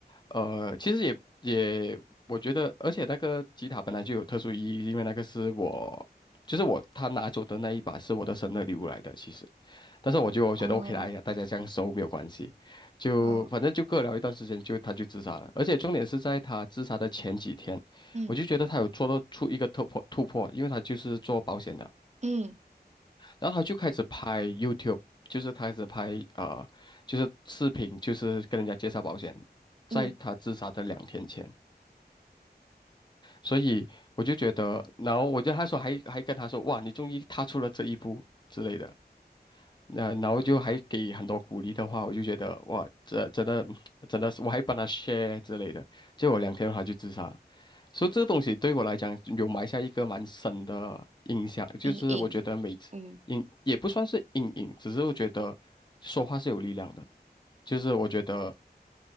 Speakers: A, on the left; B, on the right.
A: 呃，其实也也，我觉得，而且那个吉他本来就有特殊意义，因为那个是我，就是我他拿走的那一把是我的生日礼物来的，其实。但是我就觉得
B: 哦
A: OK 啦，哎呀，大家这样熟没有关系，就反正就各聊一段时间就他就自杀了，
B: 哦，
A: 而且重点是在他自杀的前几天，
B: 嗯
A: 我就觉得他有做到出一个突破突破，因为他就是做保险的，
B: 嗯
A: 然后他就开始拍 YouTube，就是他开始拍呃就是视频，就是跟人家介绍保险，在他自杀的两天前，
B: 嗯，
A: 所以我就觉得，然后我觉得他说还还跟他说哇，你终于踏出了这一步之类的，那、然后就还给很多鼓励的话，我就觉得哇，这真的真的是，我还帮他 share 之类的，结果两天后他就自杀了。所以这个东西对我来讲有埋下一个蛮深的印象，就是我觉得每次阴也不算是阴影，
B: 隐隐，嗯，
A: 只是我觉得说话是有力量的，就是我觉得。